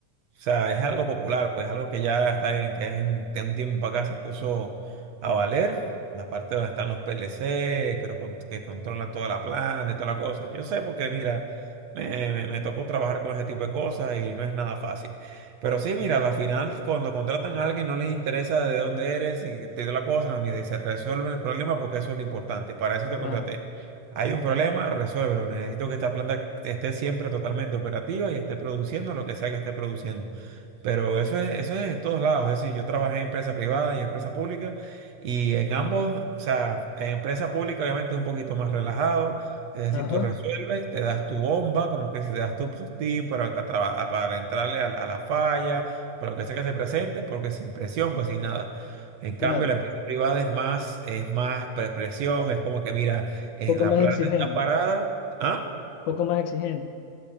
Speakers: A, on the right; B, on the left.
A: O sea, es algo popular, pues algo que ya está en, que es en, de un tiempo para acá se puso a valer. La parte donde están los PLC, que, lo con- que controlan toda la planta y toda la cosa. Yo sé porque, mira, me, me- me tocó trabajar con ese tipo de cosas y no es nada fácil. Pero sí, mira, a la final, cuando contratan a alguien, no les interesa de dónde eres y te dio la cosa, no, mira, y se resuelve el problema porque eso es lo importante. Para eso te
B: Claro.
A: contraté. Hay un problema, resuélvelo. Necesito que esta planta esté siempre totalmente operativa y esté produciendo lo que sea que esté produciendo. Pero eso es, eso es en todos lados. Es decir, yo trabajé en empresa privada y en empresa pública y en ambos, o sea, en empresa pública obviamente es un poquito más relajado. Es decir,
B: Ajá.
A: tú Claro. resuelves, te das tu bomba, como que si te das tu postín para, acá traba- para entrarle a, la a la falla o lo que sea que se presente, porque sin presión, pues sin nada. En cambio,
B: Claro.
A: la Claro. empresa privada es más, es más pre- presión, es como que, mira, eh,
B: Poco
A: la
B: más
A: planta
B: exigente.
A: está parada. ¿Ah?
B: Poco más exigente.